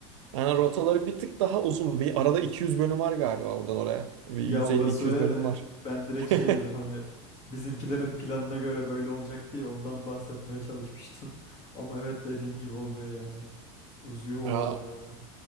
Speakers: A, on the right; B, on the left.
A: Yani rotaları bir tık daha uzun. Bir arada 200 bölüm var galiba oradan oraya. Bir
B: Ya
A: 150-200
B: orası öyle
A: bölüm
B: de
A: var.
B: ben direkt şey
A: <laughs>
B: dedim hani bizimkilerin planına göre böyle olacak diye ondan bahsetmeye çalışmıştım. <laughs> Ama evet dediğin gibi oluyor yani. Uzuyor o
A: Aa,
B: araba ya.